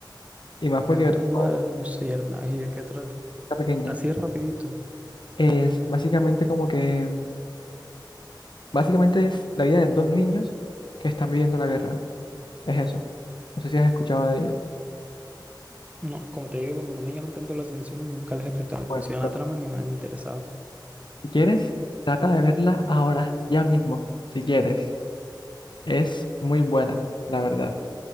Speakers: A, on the left (about 75°); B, on the right (about 15°).
A: Y más
B: La
A: porque yo
B: tumba
A: oh,
B: de las luciérnagas, ¿y de qué trata?
A: está pequeña.
B: Así rapidito.
A: Es básicamente como que, básicamente es la vida de dos niños que están viviendo la guerra. Es eso. No sé si has escuchado de ella.
B: No, como te digo, como no me llaman tanto la atención, nunca les he prestado atención
A: Bueno, bueno,
B: a la trama ni me han interesado.
A: si quieres, trata de verla ahora, ya mismo, si quieres. Es muy buena, la verdad.